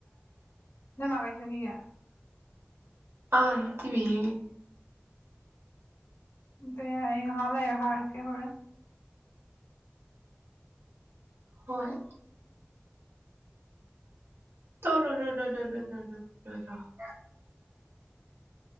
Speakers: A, on the left (about 85°); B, on the right (about 85°).
A: ꯅꯣꯏꯃꯥ ꯀꯥꯏ ꯆꯠꯈꯤꯒꯦ
B: ꯑꯥ ꯇꯤꯕꯤ ꯌꯦꯡꯉꯦ
A: ꯇꯩ ꯌꯥꯔꯦ ꯉꯥꯍꯛ ꯂꯩꯔ ꯍꯥꯏꯔꯛꯀꯦ ꯍꯣꯔꯦꯟ
B: ꯍꯣꯏ <unintelligible>